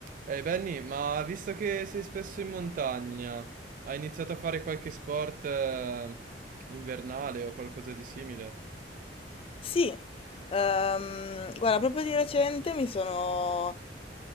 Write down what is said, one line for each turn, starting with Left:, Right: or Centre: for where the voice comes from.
Right: Ehi Benny, ma visto che sei spesso in montagna, hai iniziato a fare qualche sport eh, invernale o qualcosa di simile?
Left: Sì, ehm, guarda, proprio di recente mi sono,